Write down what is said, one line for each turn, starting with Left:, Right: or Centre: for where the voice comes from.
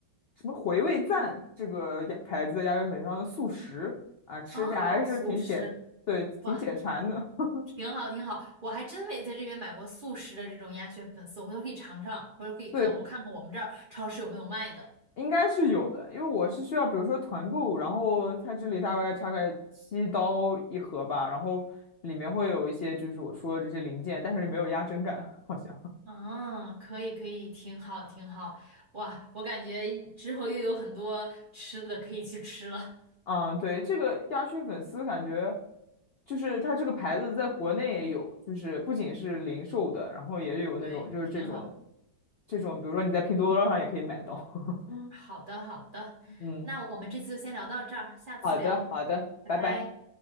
Left: 什么回味赞这个鸭牌子的鸭血粉汤的速食啊，吃起来还是挺解，
Right: 哦，素食。
Left: 对，挺解馋的。
Right: 哇，
Left: <laughs>
Right: 挺好，挺好，我还真没在这边买过速食的这种鸭血粉丝，我回头可以尝尝，回头可以看我看看我们这儿超市有没有卖的。
Left: 对，应该是有的，因为我是需要，比如说团购，然后它这里大概差个七刀一盒吧，然后里面会有一些就是我说的这些零件，但是没有压针感，好像。
Right: 啊，可以可以，挺好挺好，哇，我感觉之后又有很多吃的可以去吃了，
Left: 嗯，对，这个鸭血粉丝感觉就是它这个牌子在国内也有，就是不仅是零售的，然后也有那种就是这种
Right: 对，挺好。
Left: 这种，比如说你在拼多多上也可以买到。<laughs>
Right: 好的好的，
Left: 嗯，
Right: 那我们这次就先聊到这儿，下次聊，
Left: 好的，好的，
Right: 拜拜。
Left: 拜拜。